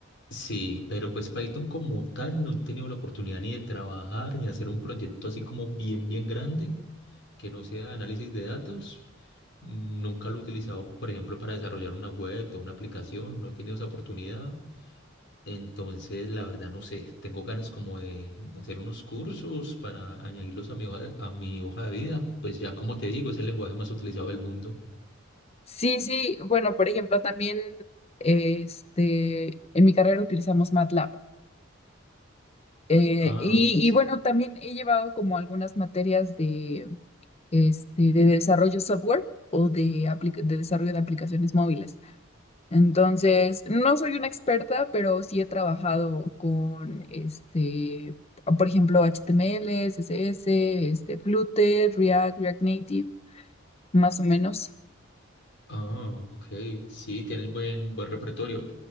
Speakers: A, on the left; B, on the left.
A: Sí, pero pues Python como tal no he tenido la oportunidad ni de trabajar ni hacer un proyecto así como bien, bien grande, que no sea análisis de datos. Mm, Nunca lo he utilizado, por ejemplo, para desarrollar una web o una aplicación, no he tenido esa oportunidad. Entonces, la verdad, no sé, tengo ganas como de, de hacer unos cursos para añadirlos a mi hoja, a mi hoja de vida. Pues ya como te digo, es el lenguaje más utilizado del mundo.
B: Sí, sí, bueno, por ejemplo, también este, en mi carrera utilizamos MATLAB. Eh,
A: Ah,
B: y,
A: sí,
B: y bueno, también he llevado como algunas materias de, este, de desarrollo software o de, aplica- de desarrollo de aplicaciones móviles. Entonces, no soy una experta, pero sí he trabajado con, este, por ejemplo, HTML, CSS, este, Flutter, React, React Native, más o menos.
A: Ah, ok. Sí, tienes buen, buen repertorio.